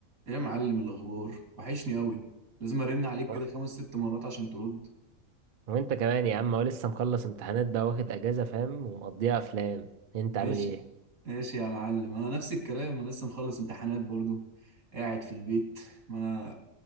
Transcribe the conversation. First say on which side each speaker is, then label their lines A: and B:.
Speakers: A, on the right; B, on the right.
A: ايه يا معلم الاخبار وحشني قوي لازم ارن عليك
B: آه.
A: كده خمس ست مرات عشان ترد
B: وانت كمان يا عم هو لسه مخلص امتحانات بقى واخد اجازة فاهم ومقضيها افلام انت
A: ماشي
B: عامل ايه
A: ماشي يا معلم انا نفس الكلام انا لسه مخلص امتحانات برضو قاعد في البيت ما انا